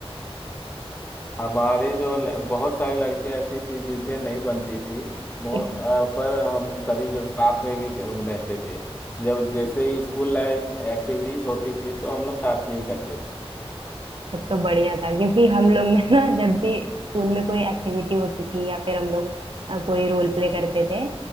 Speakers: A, on the left (about 20°); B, on the right (about 55°).
A: हमारे जो ल- बहुत सारी लड़कियां ऐसी थी जिनसे नहीं बनती थी बहुत
B: <laughs>
A: पर हम कभी क- साथ में भी क- रहते थे जब जैसे ही स्कूल लाइफ एक्टिविटीज होती थी तो हम लोग साथ में ही करते थे
B: तब तो बढ़िया था क्योंकि हम लोग में ना जब भी स्कूल में कोई एक्टिविटी होती थी या फिर हम लोग अ, कोई रोल प्ले करते थे